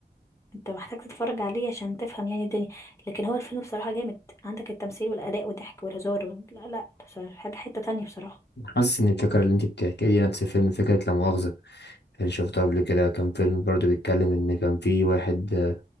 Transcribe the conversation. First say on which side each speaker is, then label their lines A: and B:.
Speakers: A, on the left; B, on the left.
A: انت محتاج تتفرج عليه عشان تفهم يعني الدنيا لكن هو الفيلم بصراحة جامد عندك التمثيل والأداء والضحك والهزار وال- لا لا بصراحة حاجة حتة تانية بصراحة
B: حاسس إن الفكرة اللي أنت بتحكيها دي نفس فيلم فكرة لا مؤاخذة اللي شفته قبل كده كان فيلم برضو بيتكلم إن كان في واحد